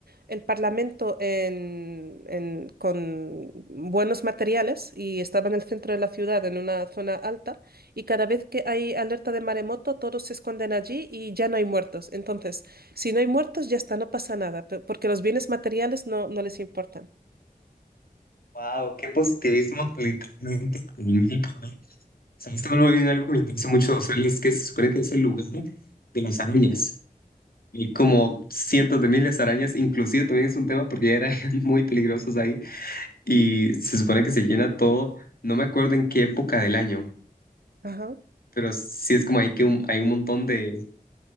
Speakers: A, on the right; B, on the left.
A: el Parlamento en- en- con buenos materiales y estaba en el centro de la ciudad, en una zona alta, y cada vez que hay alerta de maremoto, todos se esconden allí y ya no hay muertos. Entonces, si no hay muertos, ya está, no pasa nada, pe- porque los bienes materiales no, no les importan.
B: Wow, qué positivismo literalmente. técnico, ¿no? Sabes muy bien algo que me interesa mucho de Australia, es que se supone que es el lugar de las arañas. Hay como cientos de miles de arañas, inclusive también es un tema porque hay arañas <laughs> muy peligrosas ahí y se supone que se llena todo, no me acuerdo en qué época del año
A: Ajá.
B: pero sí es como ahí que un- hay un montón de,